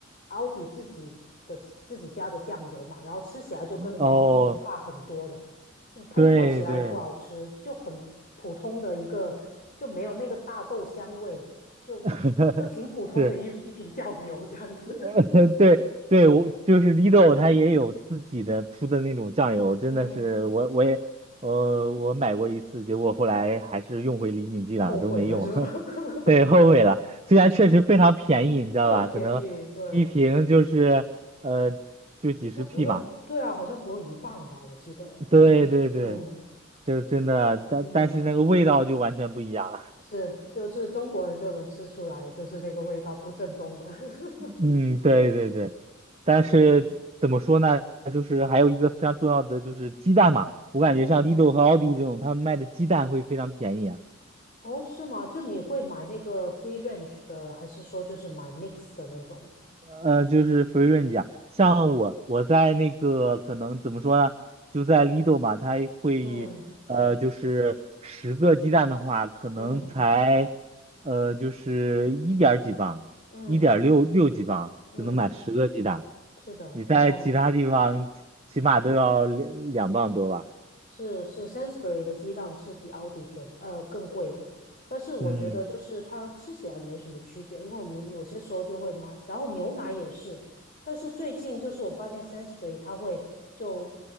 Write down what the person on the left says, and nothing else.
奥迪自己的自己家的酱油嘛，然后吃起来就跟李锦记差很多的，
就烹调起来也不好吃，
就很普通的一个，就没有那个大豆香味，就
就挺普通的一一瓶酱油这样子。
<laughs> 嗯，
后悔了是吧？
<laughs>
是很便宜，
对，好像不用，
对啊，好像不用一磅吧，我记得，
嗯，
就
嗯，是，就是中国人就能吃出来，就是那个味道不正宗的，<laughs>
嗯
嗯，
哦，是吗？就你会买那个 free range 的，还是说就是买 mix 的那种？
嗯
嗯
嗯
嗯
嗯，是的。
然后呢？是是 s a n s b u r y 的鸡蛋是比奥迪便呃更贵的，但是我觉得就是它吃起来没什么区别，
因为我们有些时候就会买，然后牛奶也是，但是最近就是我发现 s a n s b u r y 它会就